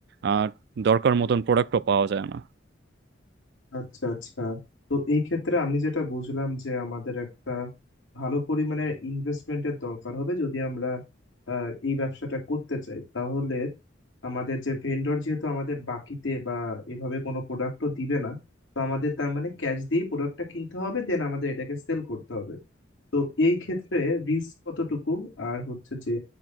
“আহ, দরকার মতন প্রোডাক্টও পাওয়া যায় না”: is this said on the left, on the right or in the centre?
Right